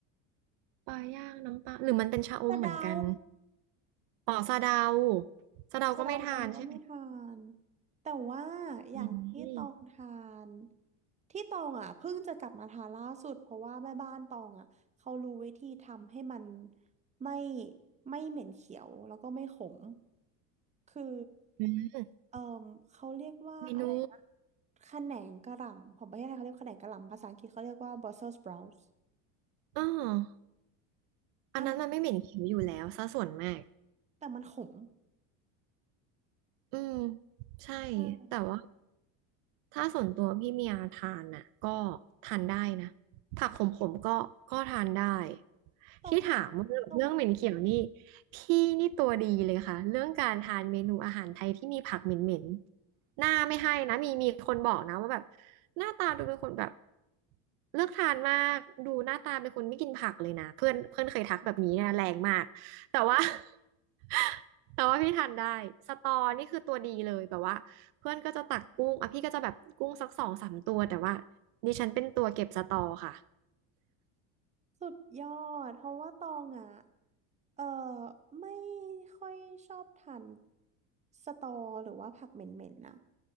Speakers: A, on the right; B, on the right.
A: ปลาย่างน้ำปลาหรือมันเป็นชะอมเหมือนกัน
B: สะเดา
A: อ๋อสะเดาสะเดาก็ไม่ทานใช่ไหม
B: สะเดาตองก็ไม่ทานแต่ว่าอย่างที่ตองทาน
A: อืม
B: ที่ตองอ่ะเพิ่งจะกลับมาทานล่าสุดเพราะว่าแม่บ้านตองอ่ะเขารู้วิธีทำให้มันไม่ไม่เหม็นเขียวแล้วก็ไม่ขมคือ
A: อืม
B: เอ่อเขาเรียกว่าอะไรนะ
A: เมนู
B: ขนงกระหล่ำของประเทศไทยเขาเรียกขนงกระหล่ำภาษาอังกฤษเขาเรียกว่า Brussels sprouts
A: อ๋ออันนั้นมันไม่เหม็นเขียวอยู่แล้วซะส่วนมาก
B: อันนั้นแต่มันขม
A: อืมใช่
B: ใช่
A: แต่ว่าถ้าส่วนตัวพี่เมียทานน่ะก็ทานได้นะผักขมๆก็ก็ทานได้
B: ตรงไม่
A: ที่ถามว่าเรื่องเหม็นเขียวนี่
B: ตรง
A: พี่นี่ตัวดีเลยค่ะเรื่องการทานเมนูอาหารไทยที่มีผักเหม็นๆหน้าไม่ให้นะมีมีคนบอกนะว่าแบบหน้าตาดูเป็นคนแบบเลือกทานมากดูหน้าตาเป็นคนไม่กินผักเลยนะเพื่อนเพื่อนเคยทักแบบนี้นะแรงมาก แต่ว่า <laughs> แต่ว่าพี่ทานได้สตอนี่คือตัวดีเลยแบบว่าเพื่อนก็จะตักกุ้งอ่ะพี่ก็จะแบบกุ้งสักสองสามตัวแต่ว่าดิฉันเป็นตัวเก็บสตอค่ะ
B: สุดยอดเพราะว่าตองอ่ะเออไม่ค่อยชอบทานสตอหรือว่าผักเหม็นๆนะ